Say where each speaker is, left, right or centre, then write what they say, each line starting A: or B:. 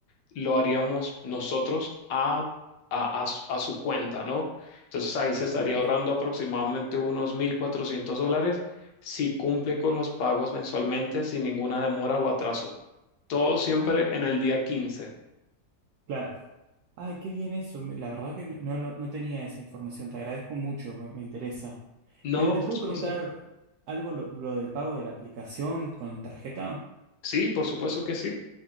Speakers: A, on the left; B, on the right.
A: lo haríamos nosotros a, a, a su a su cuenta, ¿no? Entonces ahí
B: Perfecto.
A: se estaría ahorrando aproximadamente unos 1.400 dólares si cumple con los pagos mensualmente sin ninguna demora o atraso. Todo siempre
B: ay, qué.
A: en el día quince.
B: Claro. Ay, qué bien eso. Me- La verdad que no, no, no no tenía esa información. Te agradezco mucho, me, me interesa.
A: No,
B: Pero te
A: por
B: puedo
A: supuesto.
B: preguntar algo lo, lo del pago de la aplicación con tarjeta.
A: Sí, por supuesto que sí.